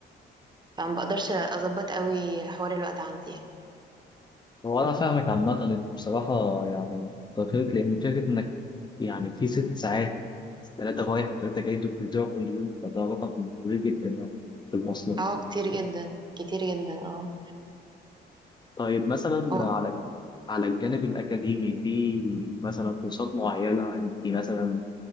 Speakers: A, on the right; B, on the left.
A: فما بقدرش أظبط قوي حوار الوقت عندي يعني
B: هو أنا فاهمك عامة أنت بصراحة يعني تأخرت لأن فكرة إنك يعني في ست ساعات ثلاثة رايح وثلاثة جاي دول بيضيعوا كل يوم فده رقم كبير جدا يعني في المواصلات.
A: اه كتير جدا كتير جدا اه
B: طيب مثلا
A: هو-
B: على على الجانب الأكاديمي في مثلا كورسات معينة أنت مثلا